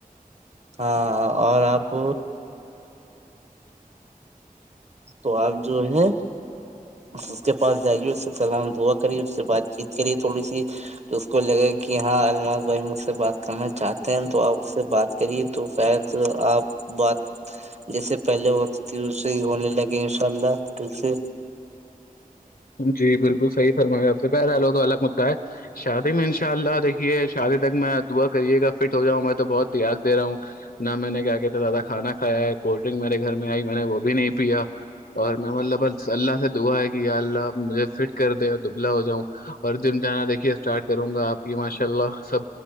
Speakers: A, on the right; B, on the left.
A: ہاں اور آپ تو آپ جو ہے اس کے پاس جائیے اس سے سلام دوا کری اس سے بات چیت کری تھوڑی سی اس کو لگے کہ ہاں المار بھائی مجھ سے بات کرنا چاہتے ہیں تو آپ اس سے بات کریے تو شاید آپ بات جیسے پہلے ہوتی تھی اسے ہی ہونے لگے انشاء اللہ تل سے
B: جی بالکل صحیح فرمایا آپ پہرے لو تو الگ مدا ہے شادی میں انشاء اللہ دیکھیے شادی تک میں دعا کریے گا فٹ ہو جاؤں میں تو بہت تیاگ دے رہا ہوں نہ میں نے کیا کہتے زیادہ کھانا کھایا ہے کولڈ ڈرنک میرے گھر میں آئی میں نے وہ بھی نہیں پیا اور میں مب بس اللہ سے دعا ہے کہ ال مجھے فٹ کر دیں دبلا ہو جاؤں اور جم جانا دیکھیے اسٹارٹ کروں گا آپ کی ماشاء اللہ سب